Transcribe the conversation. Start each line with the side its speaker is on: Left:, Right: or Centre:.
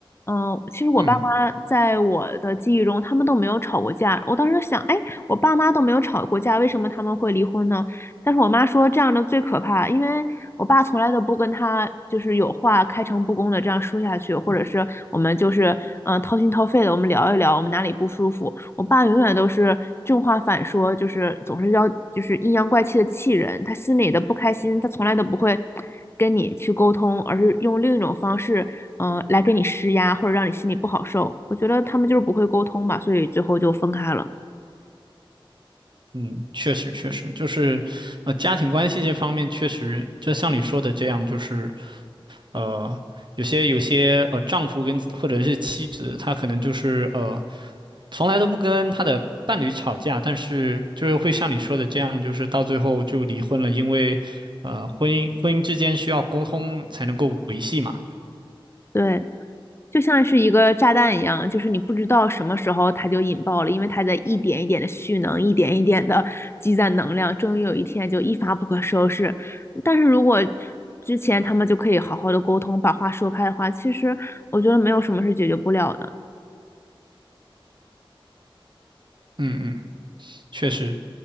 Left: 嗯，其实我爸妈在我的记忆中，
Right: 嗯。
Left: 他们都没有吵过架。我当时想，哎，我爸妈都没有吵过架，为什么他们会离婚呢？但是我妈说这样的最可怕，因为我爸从来都不跟他就是有话开诚布公的这样说下去，或者是我们就是嗯掏心掏肺的我们聊一聊我们哪里不舒服。我爸永远都是正话反说，就是总是要就是阴阳怪气的气人。他心里的不开心，他从来都不会跟你去沟通，而是用另一种方式，嗯，来给你施压或者让你心里不好受。我觉得他们就是不会沟通吧，所以最后就分开了。
Right: 嗯，确实确实，就是，呃，家庭关系这方面确实，就像你说的这样，就是呃，有些有些呃丈夫跟或者是妻子，他可能就是呃从来都不跟他的伴侣吵架，但是就是会像你说的这样，就是到最后就离婚了，因为呃婚姻婚姻之间需要沟通才能够维系嘛。
Left: 对，就像是一个炸弹一样，就是你不知道什么时候它就引爆了，因为它在一点一点的蓄能，一点一点的积攒能量，终于有一天就一发不可收拾。但是如果之前他们就可以好好的沟通，把话说开的话，其实我觉得没有什么是解决不了的。
Right: 嗯嗯，确实。